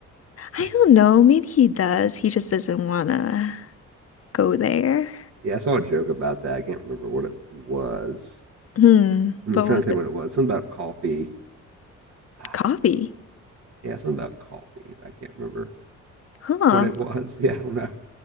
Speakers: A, on the left; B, on the right.
A: I
B: <laughs>
A: don't know. Maybe he does. He just doesn't wanna go there.
B: Yeah, I saw a joke about that. I can't remember what it was.
A: Hmm.
B: Hmm,
A: But
B: I'm trying
A: was
B: to think
A: it
B: what it was. Something about coffee. <sighs>
A: coffee?
B: Yeah, something about coffee. I can't remember
A: Huh.
B: what it <laughs> was. Yeah, I don't know.